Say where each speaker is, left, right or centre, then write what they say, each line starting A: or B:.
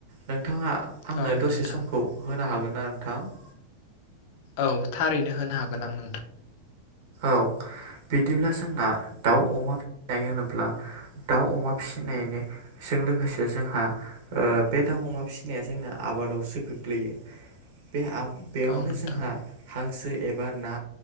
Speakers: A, on the right; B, on the left.
A: नोंथाङा आंनो
B: औ
A: दसे
B: नोंथां
A: समखौ होनो हागोन ना नोंथां।
B: औ थारैनो होनो हागोन आं नों
A: औ। बिदिब्ला जोंना दाउ अमा फिसिनाय होनोब्ला दाउ अमा फिसिनायनि जों लोगोसे जोंहा ओ बे दाउ अमा फिसिनाया जोंना आबादावसो गोग्लैयो बे बेयावनो
B: औ नोंथां
A: जोंहा हांसो एबा ना